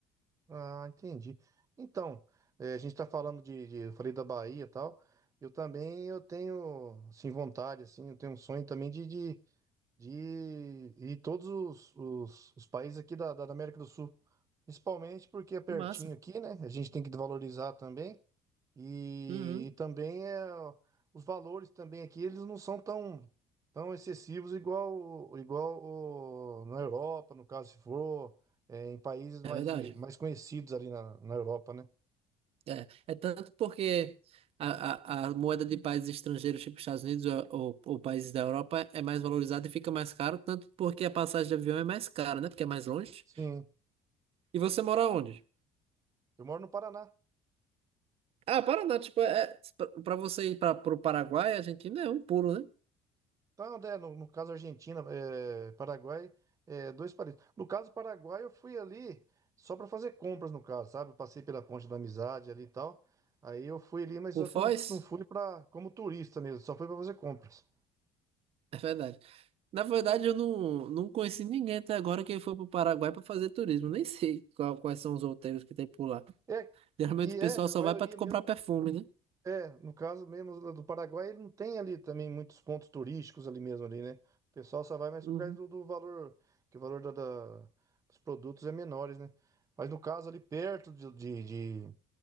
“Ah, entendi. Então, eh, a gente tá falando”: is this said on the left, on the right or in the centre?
Right